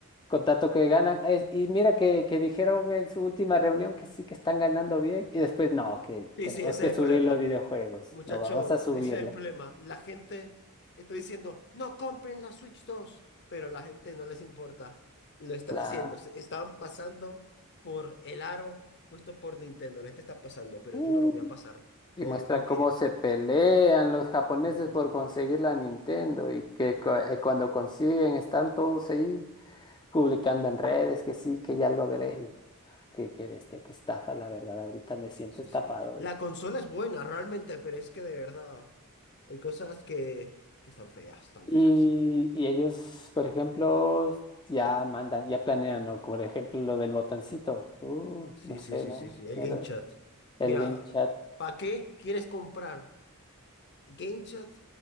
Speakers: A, on the left; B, on the left.
A: con tanto que ganan. Eh, y mira que, que dijeron en su última reunión que sí que están ganando bien y después no, que
B: Sí,
A: tenemos
B: sí, ese es
A: que subir
B: el problema.
A: los videojuegos.
B: Muchacho,
A: No, vamos a subirle.
B: ese es el problema. La gente está diciendo, no compren la Switch dos pero la gente no les importa. Lo están
A: La...
B: haciendo. Se- Están pasando por el aro puesto por Nintendo. La gente está pasando, pero
A: Uh,
B: yo no lo voy a pasar.
A: Y
B: El-
A: muestran
B: aunque...
A: cómo se pelean los japoneses
B: Sí, sí,
A: por
B: sí.
A: conseguir la Nintendo y que cu- eh, cuando consiguen están todos ahí publicando en redes que sí, que ya logré. Que, que bestia, que estafa, la verdad. Ahorita me
B: Sí,
A: siento
B: sí,
A: estafado.
B: sí. La consola es buena, realmente, pero es que de verdad hay cosas que, que están feas, están
A: Y,
B: feas.
A: y ellos, por ejemplo, ya mandan, ya planean, ¿no? Por ejemplo, lo del botoncito. Uh,
B: Sí,
A: no sé,
B: sí, sí,
A: ¿no?
B: sí, sí. El
A: El,
B: Game Chat.
A: el
B: Mira,
A: game chat.
B: ¿para qué quieres comprar Game Chat?